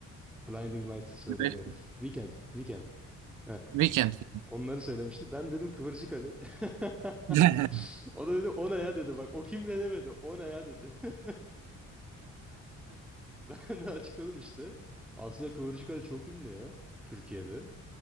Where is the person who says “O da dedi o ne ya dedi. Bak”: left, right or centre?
Centre